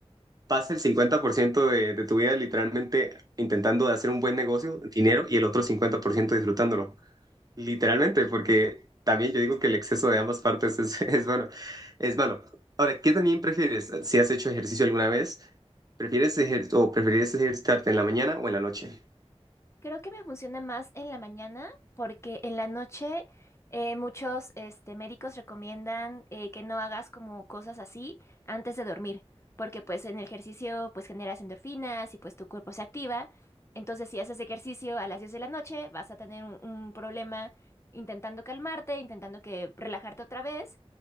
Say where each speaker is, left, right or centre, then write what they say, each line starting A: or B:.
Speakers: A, on the right (about 35°); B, on the left (about 25°).
A: pasa el 50% de, de tu vida literalmente intentando de hacer un buen negocio, dinero, y el otro 50% disfrutándolo. Literalmente, porque también yo digo que el exceso de ambas partes es, <laughs> es bueno, es malo. Ahora, ¿qué también prefieres? Si has hecho ejercicio alguna vez, ¿prefieres ejer- o preferirías ejercitarte en la mañana o en la noche?
B: Creo que me funciona más en la mañana porque en la noche eh, muchos este, médicos recomiendan eh, que no hagas como cosas así antes de dormir, porque pues en el ejercicio pues generas endorfinas y pues tu cuerpo se activa. Entonces si haces ejercicio a las 10 de la noche vas a tener un, un problema intentando calmarte, intentando que relajarte otra vez.